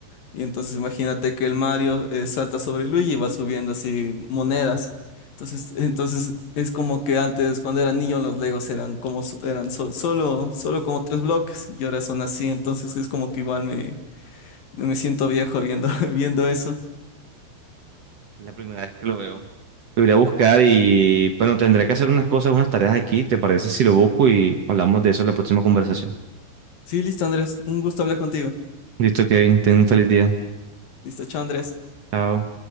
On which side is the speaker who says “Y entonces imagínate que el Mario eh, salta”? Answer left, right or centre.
Left